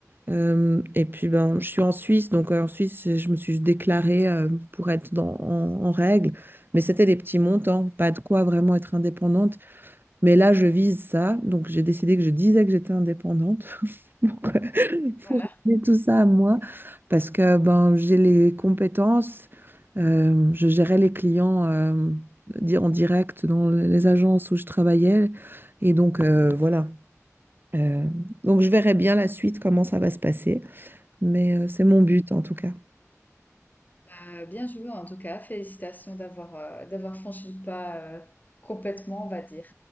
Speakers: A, on the right; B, on the left.
A: Euh, et puis, ben, je suis en Suisse, donc euh, en Suisse, je me suis déclarée euh, pour être dans- en, en règle. Mais c'était des petits montants, pas de quoi vraiment être indépendante. Mais là, je vise ça, donc j'ai décidé que je disais que j'étais indépendante <laughs> pour,
B: Voilà.
A: pour amener tout ça à moi, parce que ben, j'ai les compétences, euh, je gérais les clients euh, di- en direct dans les agences où je travaillais. Et donc, euh, voilà. Euh, donc je verrai bien la suite, comment ça va se passer, mais euh, c'est mon but en tout cas.
B: Bah, bien joué en tout cas. Félicitations d'avoir euh, d'avoir franchi le pas euh, complètement, on va dire.